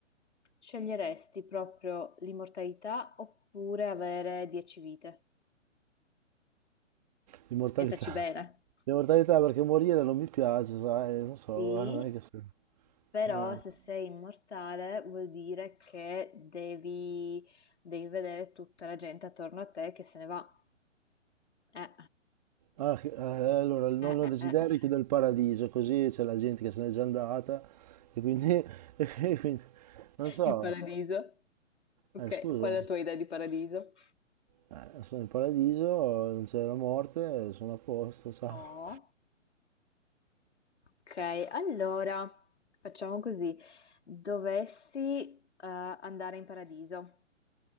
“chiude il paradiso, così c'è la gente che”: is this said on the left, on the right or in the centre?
Right